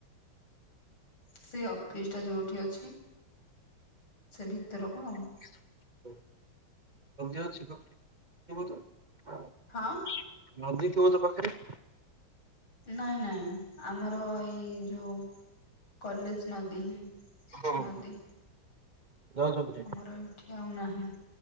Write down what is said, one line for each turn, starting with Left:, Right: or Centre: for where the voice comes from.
Left: ସେ ଅଫିସ ଟା ଯୋଉଠି ଅଛି ସେ ଭିତରକୁ ଆଉ।
Right: <unintelligible>
Left: ହଁ।
Right: ନଦୀ ଥିବ ତ ପାଖରେ?
Left: ନାଇଁ ନାଇଁ। ଆମର ଏଇ ଯୋଉ କଲେଜ୍ ନଦୀ ହିଁ
Right: ହଁ
Left: ନଦୀ
Right: ହଁ। ଯାଉଛ ବୋଧେ?
Left: ଆମର ଏଇଠି ଆଉ ନାହିଁ।